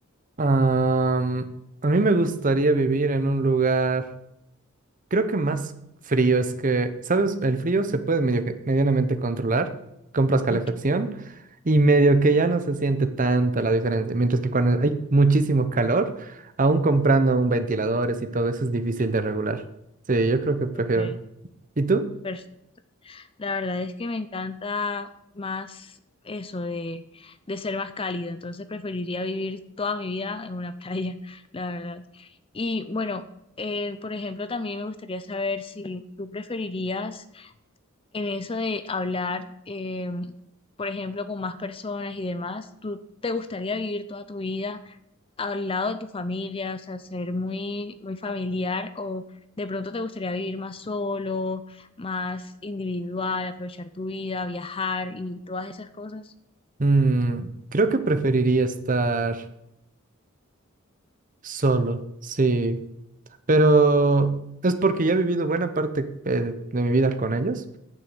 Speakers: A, on the right; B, on the left.
A: Am, a mí me gustaría vivir en un lugar. Creo que más frío es que, ¿sabes? El frío se puede medio que- medianamente controlar. Compras calefacción
B: Ok,
A: y medio que ya no se siente tanto la diferencia. Mientras que cuando hay muchísimo calor, aún comprando un ventiladores y todo eso es difícil de regular. Sí, yo creo que prefiero.
B: ok,
A: ¿Y tú?
B: pers- La verdad es que me encanta más eso de, de ser más cálido, entonces preferiría vivir toda mi vida en una playa, <laughs> la verdad. Y bueno, eh, por ejemplo, también me gustaría saber si tú preferirías en eso de hablar, eh, por ejemplo, con más personas y demás, ¿tú te gustaría vivir toda tu vida al lado de tu familia, o sea, ser muy, muy familiar o de pronto te gustaría vivir más solo, más individual, aprovechar tu vida, viajar y todas esas cosas?
A: Mm, creo que preferiría estar solo, sí. Pero es porque ya he vivido buena parte eh, de mi vida con ellos.